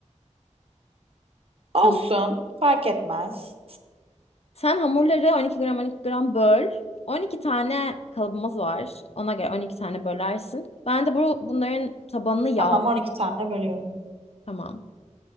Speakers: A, on the left; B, on the right.
A: Tamam.
B: Olsun. Fark etmez.
A: Sen hamurları 12 gram 12 gram böl. 12 tane kalıbımız var. Ona göre 12 tane bölersin. Ben de bu bunların tabanını yağ.
B: Tamam 12 tane bölüyorum.
A: Tamam.